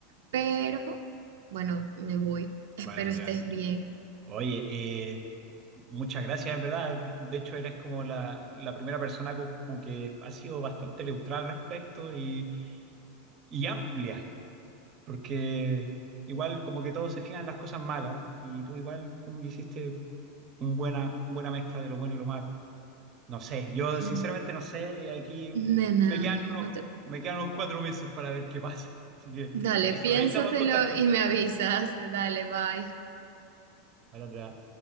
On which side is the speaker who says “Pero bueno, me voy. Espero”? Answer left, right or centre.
Right